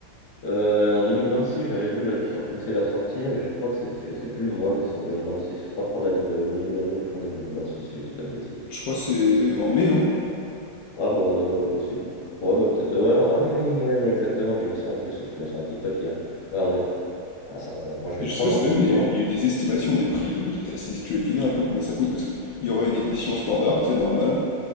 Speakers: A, on the left; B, on the left.
A: Euh, en six j'avais vu là qu'ils ont repoussé la sortie, mais je crois que c'était, je sais plus le mois, mais c'est en 2026, je crois fin d'année de milieu d'année ou fin d'année 2026, si je dis pas de bêtises.
B: Je crois que c'est en mai, hein.
A: Ah bah on est là, ouais, possible. Ouais bah peut-être, ouais, ah oui oui, ouais mais exactement, j'ai vu ça en plus, je te mets sur un TikTok hier. Ouais on met, ah ça, euh, moi je vais
B: Mais
A: le
B: Je
A: prendre
B: sais pas si
A: hein, directement.
B: t'as vu, mais il y a eu il y a eu des estimations des prix de GTA 6. Tu veux deviner un peu combien ça coûte? Parce qu'il y aurait une édition standard, c'est normal.